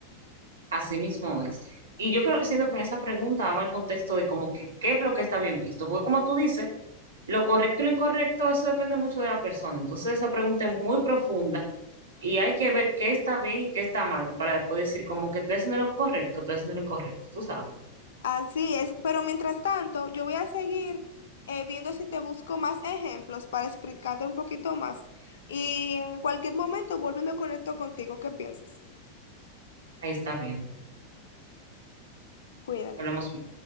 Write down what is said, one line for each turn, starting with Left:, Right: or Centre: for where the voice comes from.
Right: Así mismo es. Y yo creo, siento que en esa pregunta vamos al contexto de como que qué es lo que está bien visto, porque como tú dices, lo correcto y lo incorrecto, eso depende mucho de la persona. Entonces esa pregunta es muy profunda y hay que ver qué está bien y qué está mal para después decir como que tú estás haciendo lo correcto, tú estás haciendo lo incorrecto, tú sabes.
Left: Así es, pero mientras tanto, yo voy a seguir eh, viendo si te busco más ejemplos para explicarte un poquito más. Y en cualquier momento vuelvo y me conecto contigo. ¿Qué piensas?
Right: Ahí está bien.
Left: Cuídate.
Right: Hablamos luego.